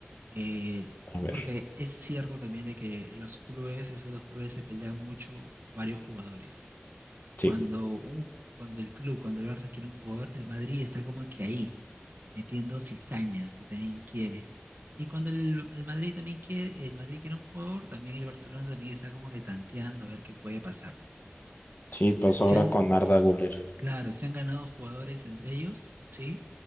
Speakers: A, on the right; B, on the left.
A: Eh,
B: A ver,
A: porque es cierto también de que los clubes, esos dos clubes se pelean mucho varios jugadores.
B: sí,
A: Cuando un, cuando el club, cuando el Barça quiere un jugador, el Madrid está como que ahí, metiendo cizaña, que también quiere. Y cuando el, el Madrid también quiere, el Madrid quiere un jugador, también el Barcelona también está como que tanteando a ver qué puede pasar
B: sí, pues
A: se
B: ahora
A: han,
B: con Arda
A: se-
B: Güler.
A: claro, se han ganado jugadores entre ellos, sí.